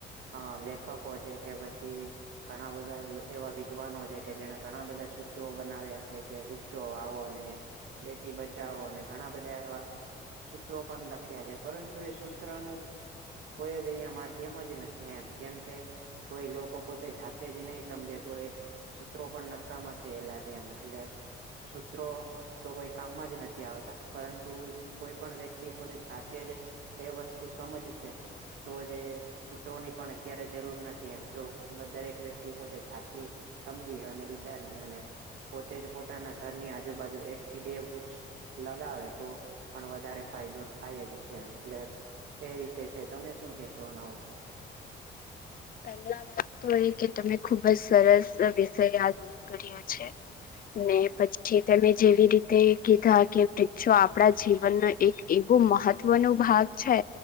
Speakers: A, on the right (about 75°); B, on the left (about 45°).
A: હા લેખકો છે કે પછી ઘણા બધા એવા વિદ્વાનો છે કે જેને ઘણા બધા સૂત્રો બનાવ્યા છે કે પક્ષો વાવોને બેટી બચાવોને ઘણા બધા એવા સૂત્રો પણ લખ્યા છે પરંતુ એ સૂત્ર નું કોઈ જ અહિયાં માધ્યમ જ. નથી એમ કેમ કે કોઈ લોકો પોતે જાતે જ નહી સમજે તો એ. સૂત્રો પણ નક્કામાં થયેલા છે એમ એટલે સૂત્રો તો કોઈ કામમાં જ નથી આવતા પરંતુ કોઈ પણ વ્યક્તિ પોતે જાતે જ એ વસ્તુ સમજ છે તો જે સૂત્રો ની પણ અત્યારે જરૂર નથી એમ જો દરેક વ્યક્તિ પોતે જાતિ સમજી અને વિચારી અને પોતે જ પોતાના ઘરની આજુબાજુ એક થી બે વૃક્ષ લગાવે તો પણ વધારે ફાયદો થાય જ છે એમ એટલે એ વિશે છે તમે શું કેશોના ઉપર
B: પહેલા વાત તો એ કે તમે ખુબ જ સરસ વિષય યાદો હ છે ને પછી તમે જેવી રીતે કીધા કેક્ષો આપણા જીવનનો એક એવું મહત્વ ન ભાગ છે